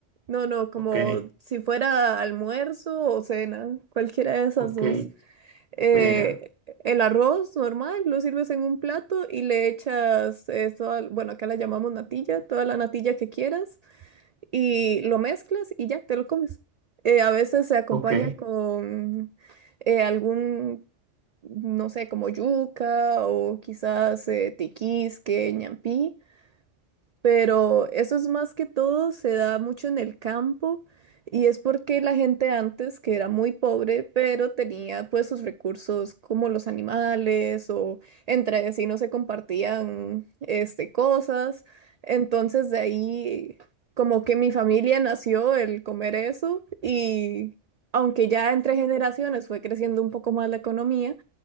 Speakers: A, on the right (about 60°); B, on the right (about 40°).
A: no, no, como
B: Ok,
A: si fuera almuerzo o cena, cualquiera de esas
B: ok,
A: dos. Eh,
B: vea,
A: el arroz normal lo sirves en un plato y le echas, eh, toda- bueno, acá la llamamos natilla, toda la natilla que quieras y lo mezclas y ya te lo comes. Eh, a veces se acompaña
B: ok,
A: con eh, algún, no sé, como yuca o quizás eh, tiquisque, ñampí pero eso es más que todo, se da mucho en el campo y es porque la gente antes, que era muy pobre, pero tenía pues sus recursos como los animales o entre vecinos se compartían este, cosas, entonces de ahí como que mi familia nació el comer eso y aunque ya entre generaciones fue creciendo un poco más la economía,